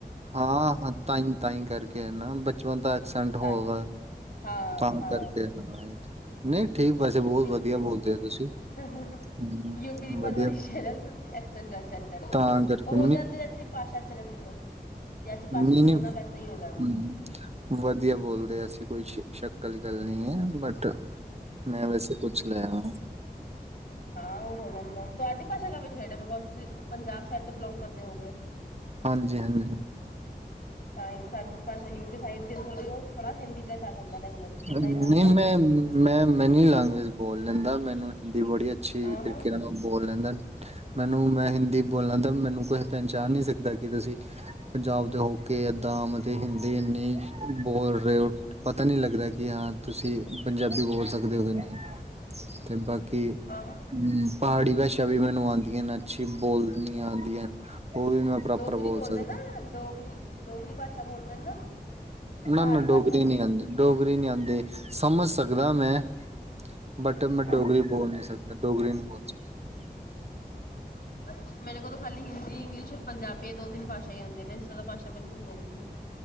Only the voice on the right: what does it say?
ਹਾਂ ਹਾਂ ਤਾਈਂ ਤਾਈਂ ਕਰਕੇ ਐ ਨਾ ਬਚਪਨ ਦਾ ਐਕਸੈਂਟ ਹੋਗਾ
ਤਾਮ
ਕਰਕੇ -ਨਹੀਂ ਠੀਕ ਵੈਸੇ ਬਹੁਤ
ਵਧੀਆ
ਬੋਲਦੇ ਹੋ
ਤੁਸੀਂ
ਹੂੰ
ਵਧੀਆ
ਤਾਂ ਕਰਕੇ
ਨੀ ਨੀ ਹੂੰ।
ਵਧੀਆ ਬੋਲਦੇ ਅਸੀਂ ਕੋਈ ਸ਼ੱਕ ਅਲੀ ਗੱਲ ਨਈ ਐ। ਬਟ ਟ ਮੈਂ ਵੈਸੇ ਪੁੱਛ ਲਿਆ ਊ।
ਹਾਂਜੀ ਹਾਂਜੀ
ਨਹੀਂ
ਮੈਂ ਮੈਂ ਮੈਂ ਨਹੀਂ ਲਾਗੀ ਬੋਲਣ ਦਾ ਮੈਨੂੰ ਹਿੰਦੀ ਬੜੀ ਅੱਛੀ
ਤਰੀਕੇ ਨਾਲ ਬੋਲ ਲੈਂਦਾ ਮੈਨੂੰ ਮੈਂ ਹਿੰਦੀ ਬੋਲਣ ਤਾਂ ਮੈਨੂੰ ਕੋਈ ਪਹਿਚਾਣ ਨਹੀਂ ਸਕਦਾ ਕਿ ਤੁਸੀਂ ਪੰਜਾਬ ਦੇ ਹੋ ਕੇ ਏਦਾਂ ਮਤਲਬ ਹਿੰਦੀ ਇੰਨੀ ਬੋਲ ਰਹੇ ਹੋ ਪਤਾ ਨਹੀਂ ਲੱਗਦਾ ਕਿ ਹਾਂ ਤੁਸੀਂ ਪੰਜਾਬੀ ਬੋਲ ਸਕਦੇ ਹੋਗੇ ਅਤੇ ਬਾਕੀ ਕਿ
ਹ ਪਹਾੜੀ ਭਾਸ਼ਾ ਵੀ ਮੈਨੂੰ ਆਂਦੀ ਅੱਛੀ ਬੋਲਦੀਆਂ ਆਉਂਦੀਆਂ ਉਹ ਵੀ ਮੈਂ ਪ੍ਰੋਪਰ
ਬੋਲ
ਸਕਦਾ
ਨਾ
ਨਾ ਡੋਗਰੀ
ਨਹੀਂ ਆਉਂਦੀ ਡੋਗਰੀ ਨੀ ਆਉਂਦੀ ਸਮਝ ਸਕਦਾ ਮੈਂ ਬਟ
ਮੈਂ ਡੋਗਰੀ ਬੋਲ ਨੀ ਸਕਦਾ। ਡੋਗਰੀ ਨਹੀਂ ਬੋਲ ਸਕਦਾ ਉਹ